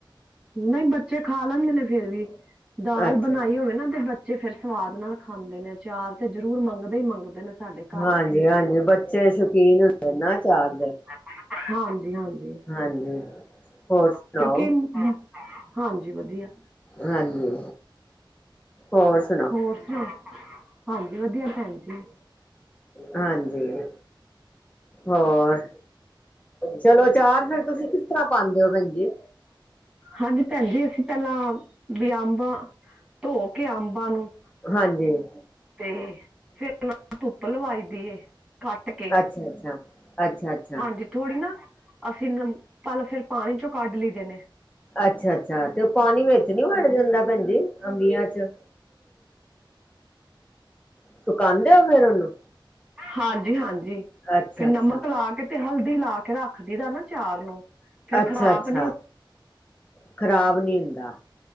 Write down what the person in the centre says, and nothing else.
ਨਹੀਂ ਬੱਚੇ ਖਾ ਲੈਂਦੇ ਨੇ ਫੇਰ ਵੀ, ਦਾਲ
ਬਣਾਈ ਹੋਵੇ ਨਾ ਤੇ ਤੇ ਫਿਰ ਸਵਾਦ ਨਾਲ ਖਾਂਦੇ ਨੇ, ਅਚਾਰ ਤੇ ਜਰੂਰ ਮੰਗਦੇ ਹੀ ਮੰਗਦੇ ਨੇ। ਸਾਡੇ ਘਰ
ਦੇ
ਹਾਂਜੀ ਇਹ ਤਾਂ ਹੈ ਹਾਂਜੀ, ਹਾਂਜੀ
ਅੱਛਾ ਕਿਉਂਕਿ ਹੋਰ, ਹਾਂਜੀ ਵਧੀਆ
ਹੋਰ ਸੁਣਾਓ, ਹਾਂਜੀ ਵਧੀਆ ਭੈਣ ਜੀ
ਹਾਂਜੀ ਭੈਣ ਜੀ, ਅਸੀਂ ਪਹਿਲਾਂ ਬੀ ਅੰਬ ਬ ਧੋ ਕੇ ਅੰਬਾਂ ਨੂੰ
ਤੇ ਫੇਿਰ ਉਹਨਾ ਨੂੰ ਧੁੱਪ ਲਵਾਈ ਦੀ ਏ, ਕੱਟ ਕੇ
ਹਾਂਜੀ ਥੋੜ੍ਹੀ ਨਾ ਅਸੀਂ, ਨਮ ਪਹਿਲਾਂ ਫਿਰ ਪਾਣੀ 'ਚੋਂ ਕੱਢ ਲਈਦੇ ਨੇ
ਹਾਂਜੀ-ਹਾਂਜੀ
ਤੇ ਨਮਕ ਲਾ ਕੇ ਤੇ ਹਲਦੀ ਲਾ ਕੇ ਰੱਖ ਦੀ ਦਾ ਨਾ ਅਚਾਰ ਨੂੰ, ਫੇਰ
ਖ਼ਰਾਬ ਨੀ